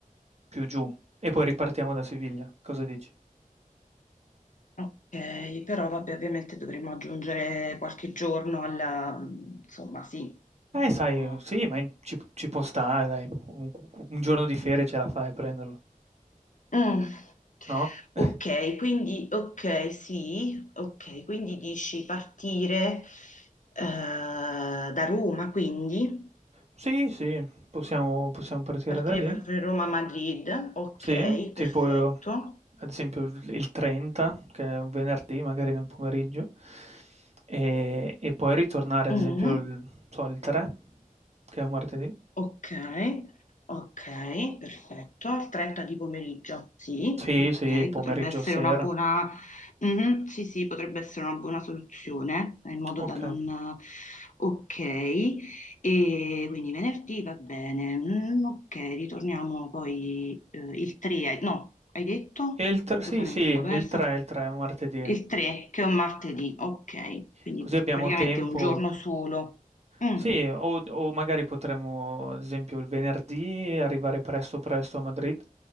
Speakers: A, on the right; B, on the left.
A: più giù, e poi ripartiamo da Siviglia. Cosa dici?
B: Ok, però vabbè, ovviamente dovremmo aggiungere qualche giorno alla... mm, insomma, sì.
A: Eh
B: no,
A: sai sì, ma in ci p ci può stare dai, u u un giorno di ferie ce la fai a prenderlo,
B: Mm.
A: no?
B: Ok,
A: <laughs>
B: quindi, ok, sì, ok, quindi dici partire eh, da Roma, quindi
A: Sì, sì, possiamo possiamo partire
B: partire
A: da lì.
B: per per Roma-Madrid, ok,
A: Sì, tipo
B: perfetto.
A: eh, ad esempio il il 30, che è un venerdì magari nel pomeriggio, ehm, e poi ritornare ad
B: Mm.
A: esempio il non so, il 3, che è un martedì.
B: Ok, ok, perfetto. Al 30 di pomeriggio, sì,
A: Sì,
B: ok,
A: sì, pomeriggio,
B: potrebbe essere
A: sera.
B: una buona, Mhm, sì, sì, potrebbe essere una buona soluzione, eh, in modo
A: Okay.
B: da non... Ok, e quindi venerdì va bene, Mm, ok, ritorniamo poi eh, il 3, hai- no, hai detto?
A: E il tr
B: Scusami,
A: sì, sì,
B: mi
A: il
B: sono persa.
A: 3, il 3 è un martedì.
B: Il 3, che è un martedì, ok, quindi
A: Così
B: pr-
A: abbiamo
B: praticamente
A: tempo
B: un giorno solo. Mm.
A: Sì, o, o magari potremmo, ad esempio, il venerdì arrivare presto presto a Madrid